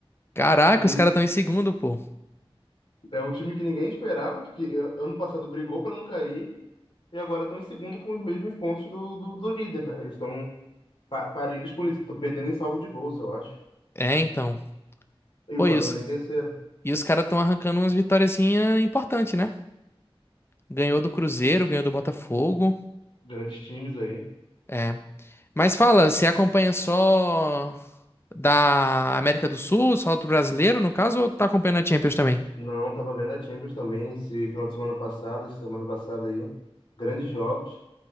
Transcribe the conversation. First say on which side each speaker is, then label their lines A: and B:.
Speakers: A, on the left; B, on the left.
A: Caraca,
B: Ele
A: os caras estão em segundo, pô.
B: é um time que ninguém esperava, que eh, ano passado brigou para não cair e agora estão em segundo com os mesmos pontos do, do, do líder, né? Eles estão pa parelhos por isso, estão perdendo em salvo de gols, eu acho.
A: É, então.
B: E
A: Pô,
B: o Flamengo
A: e os,
B: tá em terceiro.
A: e os caras estão arrancando umas vitóriazinhas importantes, né? Ganhou do Cruzeiro, ganhou do Botafogo.
B: Grandes times aí.
A: É. Mas fala, você acompanha só da América do Sul, só do brasileiro, no caso, ou tá acompanhando a Champions também?
B: Não, tava vendo a Champions também esse final de semana passada, essa semana passada aí. Grandes jogos.